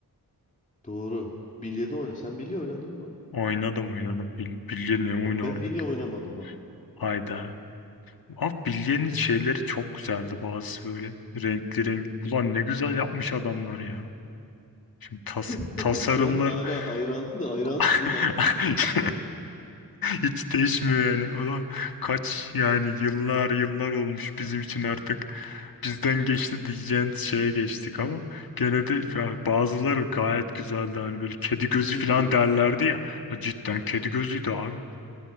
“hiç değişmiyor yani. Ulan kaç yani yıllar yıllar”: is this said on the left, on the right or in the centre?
Left